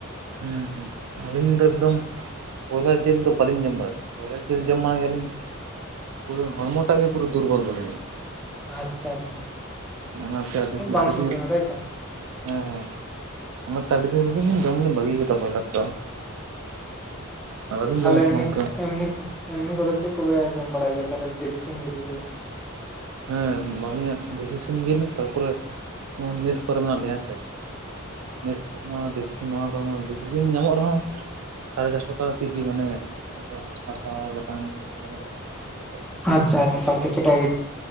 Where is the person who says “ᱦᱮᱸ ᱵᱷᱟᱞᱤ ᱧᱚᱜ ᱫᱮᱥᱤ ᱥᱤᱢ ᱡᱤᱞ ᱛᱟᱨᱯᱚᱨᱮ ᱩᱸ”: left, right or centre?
Right